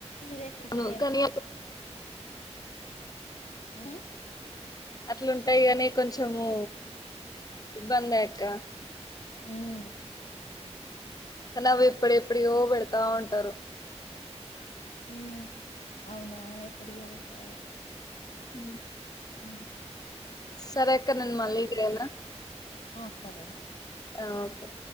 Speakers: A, on the left (about 70°); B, on the left (about 35°).
A: రిలేటె
B: అవును కానీ
A: <inaudible> ఉమ్
B: అట్లాంటాయి కాని కొంచము ఇబ్బంది అక్క
A: ఉమ్
B: కానీ అవి ఇప్పుడు ఎప్పుడియో పెడతా ఉంటారు
A: హ అవునా ఎప్పడియో పెడతారా
B: అ
A: అ
B: సరే అక్క నేను మళ్ళీ చేయనా
A: ఆ సరేరా
B: ఆ ఓకే